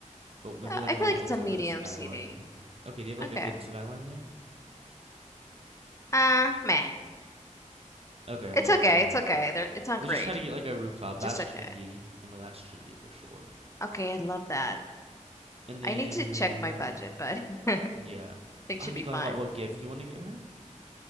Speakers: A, on the right; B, on the left.
A: but maybe
B: Uh,
A: like
B: I feel
A: one
B: like
A: that
B: it's
A: looks
B: a medium
A: over the skyline.
B: CD.
A: Okay, do you have like
B: Okay.
A: a good skyline there?
B: Uh, meh.
A: Okay,
B: It's
A: well
B: okay.
A: then
B: It's okay. There, it's not
A: we'll
B: great.
A: just try to get like a rooftop.
B: Just
A: That's
B: okay.
A: trendy. I know that's trendy for sure.
B: Okay. I love that.
A: And
B: I
A: then
B: need to check my budget, but <laughs> I
A: yeah.
B: think
A: Have
B: should be
A: you thought
B: fine.
A: about what gift you want to get her?